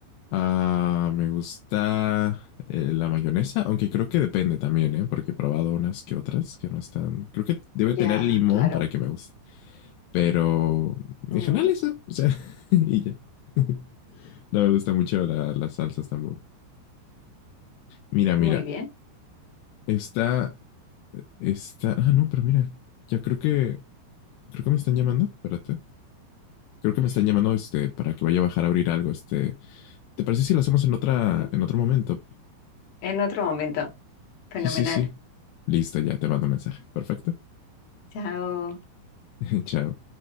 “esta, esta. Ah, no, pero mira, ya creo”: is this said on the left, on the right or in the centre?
Left